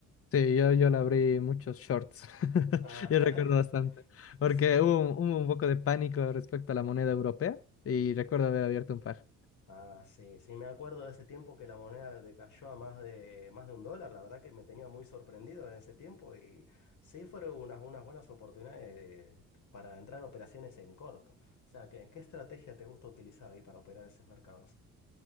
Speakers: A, on the left (about 50°); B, on the left (about 75°).
A: Sí, yo, yo le abrí muchos shorts. <laughs>
B: Ah,
A: Yo recuerdo bastante. Porque
B: <laughs> sí.
A: hubo, un- hubo un poco de pánico respecto a la moneda europea y recuerdo haber abierto un par.
B: Ah, sí, sí, me acuerdo de ese tiempo que la moneda decayó a más de, más de un dólar, la verdad que me tenía muy sorprendido en ese tiempo y sí fueron unas, unas buenas oportunidades de- para entrar en operaciones en corto. O sea, ¿qué, qué estrategia te gusta utilizar ahí para operar esos mercados?